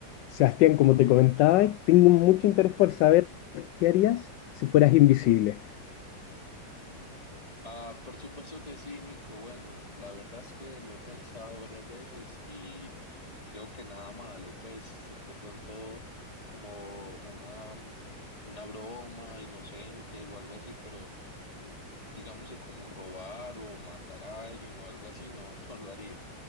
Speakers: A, on the left (about 70°); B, on the left (about 20°).
A: Sebastián, como te comentaba, tengo mucho interés por saber qué harías si fueras invisible.
B: Ah, por supuesto que sí, Nico. Bueno, la verdad es que lo he pensado varias veces y creo que nada malo, pues eh, de pronto como una, mm, una broma inocente o algo así, pero mm, digamos que como robar o matar a alguien o algo así, no, <laughs> no lo haría.